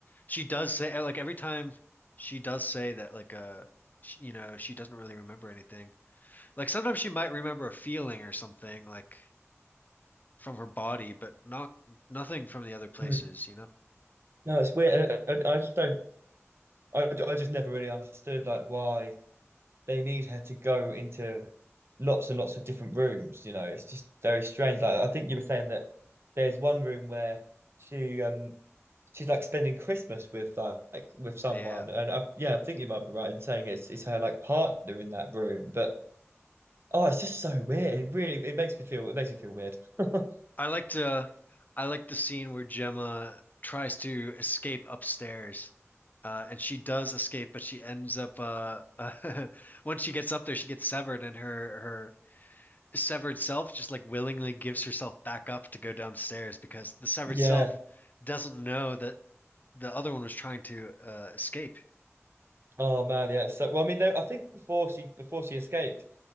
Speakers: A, on the left (about 35°); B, on the right (about 55°).
A: she does say eh, like every time she does say that like uh sh you know, she doesn't really remember anything. Like sometimes she might remember a feeling or something like from her body, but not nothing from the other places,
B: Hmm.
A: you know?
B: No, it's weird. And I, I, I just don't. I, I just never really understood like why they need her to go into lots and lots of different rooms. You know, it's just very strange. Like I think you were saying that there's one room where she um she's like spending Christmas with like with someone,
A: Yeah.
B: and I, yeah, I think you might be right in saying it's it's her like partner in that room. But oh, it's just so weird. It really it makes me feel it makes me feel weird. <laughs>
A: I liked uh I liked the scene where Gemma tries to escape upstairs. Uh, and she does escape, but she ends up uh, <laughs> once she gets up there, she gets severed, and her her severed self just like willingly gives herself back up to go downstairs because the severed
B: Yeah.
A: self doesn't know that the other one was trying to uh, escape.
B: Oh man. Yeah. So well, I mean, though, I think before she before she escaped.